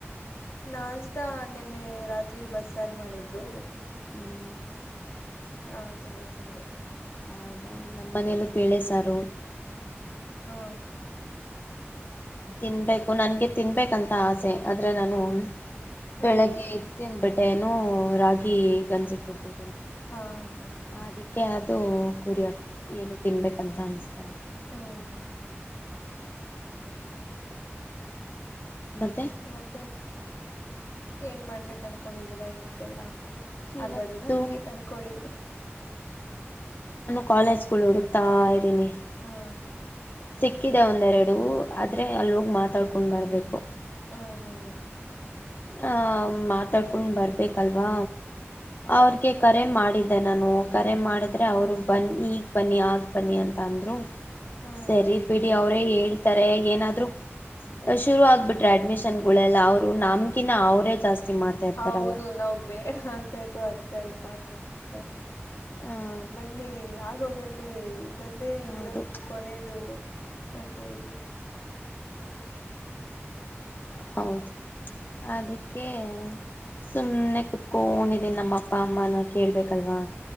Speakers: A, on the left (about 80°); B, on the left (about 45°).
A: ನಾನ್ಷ್ಟಾ ನಿನ್ನೆ ರಾತ್ರಿ ಬಸ್ ಸಾರ್ ಮಾಡಿದ್ರು
B: ಹ್ಮ್
A: ಹಾ ತಿನ್ನೆ ತಿಂದೆ
B: ಹೌದಾ ನಮ್ಮ ಮನೆಯಲ್ಲೂ ಪೇಳೆ ಸಾರು.
A: ಹಾ
B: ತಿನ್ಬೇಕು ನನ್ಗೆ ತಿನ್ಬೇಕಂತ ಆಸೆ ಆದ್ರೆ ನಾನು
A: ಹ್ಮ್
B: ಬೆಳಗ್ಗೆ ಇತ್ತಿನ ಬಟ್ಟೆನ ರಾಗಿ ಗಂಜಿ ಕೊಡ್ತಿ
A: ಹಾ ಹಾ
B: ಅದಿಕ್ಕೆ ಅದು ಗುಡಿಕ್ ಏನು ತಿನ್ಬೇಕಂತ ಅನ್ಸ್ದೆ
A: ಹ್ಮ್
B: ಮತ್ತೆ
A: ಮತ್ತೆ ಏನ್ ಮಾಡ್ಬೇಕ ಅನ್ಕೊಂಡಿದ್ದೀರಾ ಇವತ್ತೆಲ್ಲಾ
B: ಇವತ್ತು
A: ಅರ್ಧ ದಿನ ಮುಗಿ ತನ್ಕೊಳ್ಳಿ
B: ಕಾಲೇಜ್ಕ ಉಡ್ತಾ ಇ್ದನಿ
A: ಹಾ
B: ಸಿಕ್ಕಿದೆ ಒಂದೆರಡುೂ ಆದ್ರೆ ಅಲ್ಲಿ ಹೋಗ್ ಮಾತಾಡ್ಕೊಂಡ್ ಬರ್ಬೇಕು
A: ಹಾ ಹಾ
B: ಹ ಮಾತಾಡ್ಕೊಂಡ್ ಬರ್ಬೇಕಲ್ವಾ
A: ಹೌದು
B: ಅವ್ರಗೆ ಕರೆ ಮಾಡಿದ ಅ ನಾನು ಕರೆ ಮಾಡಿದ್ರೆ
A: ಹ್ಮ್
B: ಅವರು ಬನ್ನಿ ಈಗ್ ಬನ್ನಿ ಆಗ ಬನ್ನಿ ಅಂತ ಅಂದರು
A: ಹ್ಮ್
B: ಸರಿ
A: ಹ್ಮ್
B: ಬಿಡಿ ಅವ್ರೇ ಹೇಳ್ತಾರೆ ಏನಾದ್ರು ಶುರು ಆಗ್ಬಿಟ್ರೆ ಅಡ್ಮಿಷನ್ ಗಳೆಲ್ಲ ಅವ್ರು ನಮ್ಕಿನ ಅವರೇ ಜಾಸ್ತಿ ಮಾಡ್ತಾ ಇರ್ತಾರಲ್ಲ
A: ಹೌದು ನಾವ್ ಬೇಡ ಅಂತ ಇದ್ರು ಹತ್ತ್ ಸರಿ ಕಾಲ್ ಮಾಡ್ಬಿತಾರೆ
B: ಹಾಂ
A: ಬನ್ನಿ ಆಗೋಗತ್ತೆ ಇದೊಂದೇ
B: ಹೌದು
A: ಇರೋದು ಕೊನೇದು ಅಂತ ಹೇಳ್ಬಿಟ್ಟು
B: ಹೌದು ಅದಕ್ಕೆ ಸುಮ್ಮ್ನೆ ಕುತ್ಕೊಂಡಿದೀನಿ ನಮ್ಮ ಅಪ್ಪ ಅಮ್ಮನ ಕೇಳ್ಬೇಕಲ್ವಾ